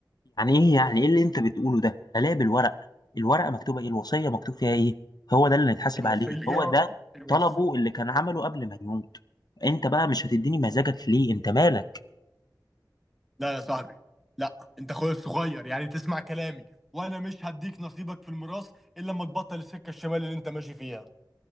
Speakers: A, on the left; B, in the centre.
A: يعني ايه يعني ايه اللي انت بتقوله ده انا ليا بالورق الورقه مكتوبه ايه الوصيه مكتوب فيها ايه هو ده اللي هيتحاسب
B: الوصية
A: عليه هو ده
B: الوصية
A: طلبه اللي كان عمله قبل ما يموت انت بقى مش هتديني مزاجك ليه انت مالك
B: لا يا صاحبي لا انت اخويا الصغير يعني تسمع كلامي وانا مش هديك نصيبك في الميراث الا لما تبطل السكة الشمال اللي انت ماشي فيها